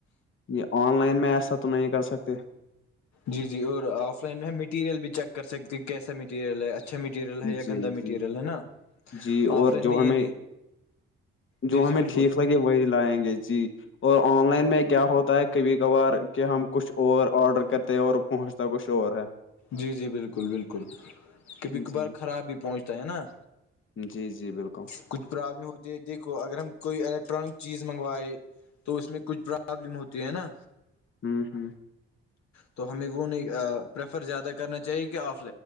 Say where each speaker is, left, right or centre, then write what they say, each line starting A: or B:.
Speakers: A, on the left; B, on the left.
A: یہ آن لائن میں ایسا تو نہیں کر سکتے
B: جی جی اور آف لائن میں مٹیریل بھی چیک کر سکتی کیسا میٹیریل ہے اچھا م مریل ہے
A: جی
B: گ مٹیریل
A: جی
B: ہے نا
A: جی اور
B: آف لائن
A: جو
B: میں یہ
A: ہمیں جو
B: جی جی
A: ہمیں
B: بالکل
A: ٹھیک لگے وہی لائیں گے جی اور آن لائن میں کیا ہوتا ہے کبھی کبھار کہ ہم کچھ اور آرڈر کرتے ہیں اور پہنچتا کچھ اور ہے
B: جی جی بالکل بالکل کبھی کبھار
A: جی
B: خراب بھی پہنچتا ہے نا
A: جی جی بالکل
B: کچھ پرابلم ہوتی ہے دیکھو اگر ہم کوئی الیکٹرانک چیز منگوائے تو اس میں کچھ پرابلم ہوتی ہے نا
A: ہوں ہوں
B: تو ہمیں وہ نہیں پفر زیادہ کرنا چاہیے کہ آ